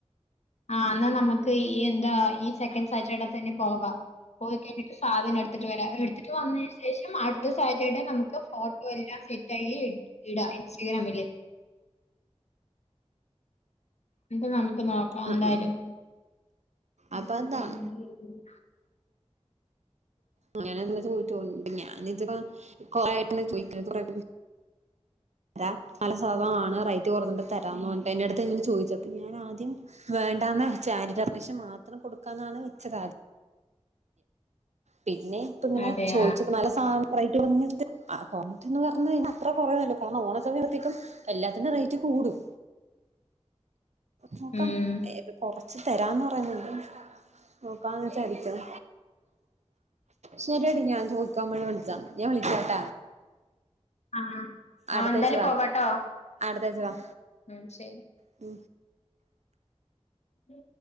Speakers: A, on the left; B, on the right.
A: ആഹ് ന്നാ നമക്ക് ഈ എന്താ ഈ സെക്കന്റ് സാറ്റർടെ തന്നെ പോവാം. പോയി കഴിഞ്ഞിട്ട് സാധനം എടുത്തിട്ട് വര. എടുത്തിട്ട് വന്നെനു ശേഷം അടുത്ത സാറ്റർഡേ നമുക്ക് ഫോ ല്ലാം സെറ്റായി ഇ, ഇട ഇൻസ്റ്റഗ്രാമില്. ന്നട്ട് നമുക്ക് നോക്കാം
B: ആ
A: എന്തായാലും.
B: ആ
A: ഉം
B: അപ്പൊ അതാണ് അങ്ങനെന്ത ചോദിച്ചൊ ണ്ട് ഞാനിത്പ കൊറെആയിട്ടനെ ചോയിക്ക കൊറെ തരാ മല സാധ ആണ് റൈറ്റ് കൊറഞ്ഞത് തരാന്ന് പറഞ്ഞട്ട് എന്റെടുത്ത്ങ്ങനെ ചോയിച്ചപ്പോ ഞാൻ ആ വേണ്ടാന്നാച്ചെ ആന്റിടർണിഷ് മാത്രം കൊടുക്കാന്നാണ്ച്ചത് ആദ്യം പിന്നെ ഇപ്പോങ്ങനെ
A: അതെയാ?
B: ചോയ്ച്ച നല്ല സാ റേറ്റൊറഞ്ഞിട്ട് ആ കൊറഞ്ഞിട്ടെന്ന് പറഞ്ഞഴിഞ്ഞാ അത്ര കൊറയല്ല കാരണം ഓണ സമയത്തേക്കും എല്ലാത്തിന്റെ റേറ്റ് കൂടും. നോക്കാം.
A: ഉം.
B: എ കൊറച്ച് തരാന്ന് പറയുന്നുണ്ട്. നോക്കാന്ന് വച്ചരിക്കും. ശെരിയടി ഞാൻ ചോദിക്കാൻവേണ്ടി വിളിച്ചാണ്. ഞാൻ വിളിക്കാട്ട.
A: അഹ്, ആ
B: അടുത്താഴ്ച
A: എന്താലും
B: വാ
A: പോവാട്ടോ.
B: അടുത്താഴ്ച വാ
A: ഉം ശെരി.
B: ഉം
A: ഉ